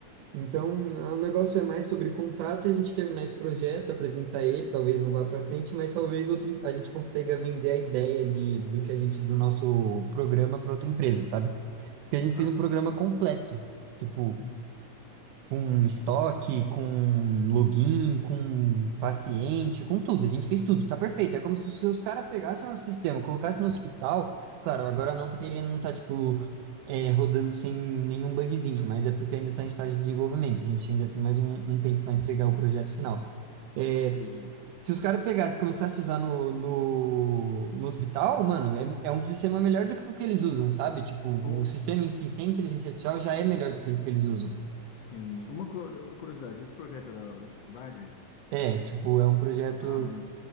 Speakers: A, on the right (about 80°); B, on the left (about 70°).
A: Então, o negócio é mais sobre contato, a gente terminar esse projeto, apresentar ele, talvez não vá para frente, mas talvez outra, a gente consiga vender a ideia de, do que a gente, do nosso programa para outra empresa, sabe? Porque a gente
B: Ah,
A: fez um programa
B: com certeza.
A: completo. Tipo,
B: Hum.
A: com estoque, com login, com paciente, com tudo. A gente fez tudo, tá perfeito. É como se os os caras pegassem o nosso sistema, colocassem no hospital. Claro, agora não, porque ele não tá, tipo, é, rodando sem nenhum bugzinho, mas é porque ainda tá em estágio de desenvolvimento. A gente ainda tem mais um, um tempo para entregar o projeto final. É,
B: Entendi.
A: se os caras pegassem e começassem a usar no, no, no hospital, mano, é, é um sistema melhor do que o que eles usam, sabe? Tipo,
B: Ou.
A: o sistema em si, sem inteligência artificial, já é melhor do que o que eles usam.
B: Sim, uma cu- curiosidade, esse projeto é da, da faculdade?
A: É, tipo, é um projeto
B: Ah,